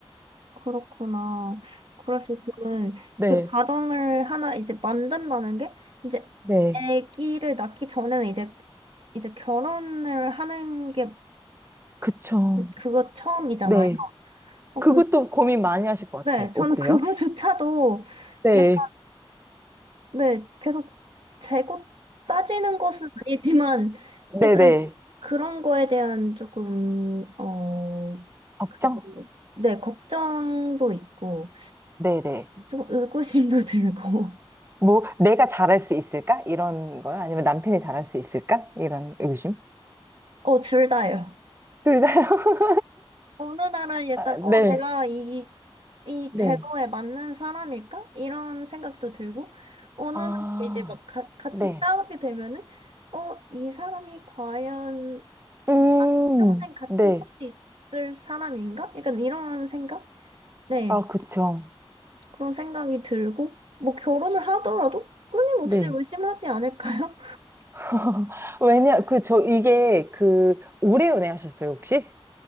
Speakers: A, on the right; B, on the right.
A: 그렇구나. 그래서 저는
B: 네.
A: 그 가정을 하나 이제 만든다는 게 이제
B: 네.
A: 아기를 낳기 전에는 이제 이제 결혼을 하는 게
B: 그쵸.
A: 그거 처음이잖아요.
B: 네.
A: 어,
B: 그것도 고민 많이 하실 것
A: 네,
B: 같아.
A: 저는
B: 어때요?
A: 그거조차도
B: 네.
A: 약간, 네, 계속 재고 따지는 것은 아니지만,
B: 네네.
A: 약간 그런 거에 대한 조금, 어,
B: 걱정?
A: 그, 네, 걱정도 있고,
B: 네네.
A: 좀 의구심도 <laughs> 들고,
B: 뭐, 내가 잘할 수 있을까? 이런 거요? 아니면 남편이 잘할 수 있을까? 이런 의심?
A: 어, 둘 다예요.
B: 둘 다요? <laughs>
A: 어느 날은 약간,
B: 아,
A: 어,
B: 네.
A: 내가 이, 이
B: 네.
A: 제도에 맞는 사람일까? 이런 생각도 들고, 어느
B: 아,
A: 날 이제 막 가- 같이
B: 네.
A: 싸우게 되면은, 어, 이 사람이 과연
B: 음,
A: 평생 같이
B: 네.
A: 살 수 있을 사람인가? 약간 이런 생각? 네,
B: 아, 그쵸.
A: 그런 생각이 들고, 뭐 결혼을 하더라도 끊임없이
B: 네.
A: 의심하지 않을까요?
B: <laughs> 왜냐, 그, 저, 이게, 그, 오래 연애하셨어요, 혹시?